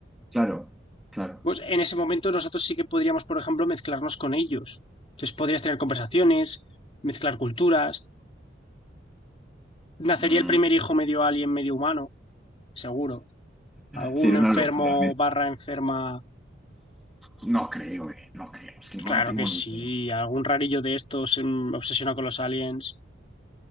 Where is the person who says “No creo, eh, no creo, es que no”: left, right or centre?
Centre